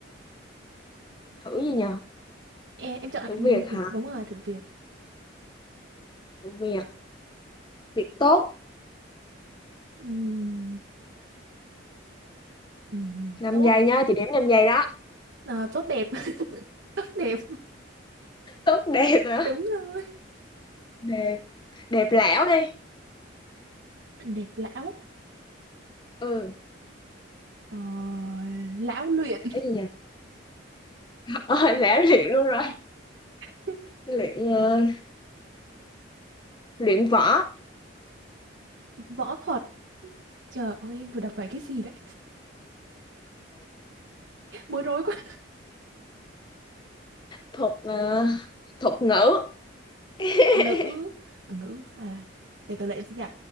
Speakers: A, on the left; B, on the right.
A: thử gì nhờ
B: Em em chọn
A: thử
B: ừm,
A: việc
B: thử,
A: hả
B: đúng rồi, thử việc.
A: thử việc việc tốt
B: Ừm, ừm,
A: 5
B: tốt,
A: giây nhá chị đếm 5 giây đó
B: Ờ, tốt đẹp. <laughs> Tốt đẹp.
A: tốt đẹp hả
B: Đúng rồi.
A: đẹp đẹp lẻo đi
B: Đẹp lão.
A: ừ
B: Ờ, lão luyện
A: cái gì nhờ <laughs> ờ, lẻo luyện luôn rồi
B: <laughs>
A: luyện ờ, luyện võ
B: võ thuật trời ơi em vừa đọc phải cái gì đấy bối rối quá
A: thuật ờ, thuật ngữ <laughs>
B: ngữ ngữ à để từ lại em xin nhỉ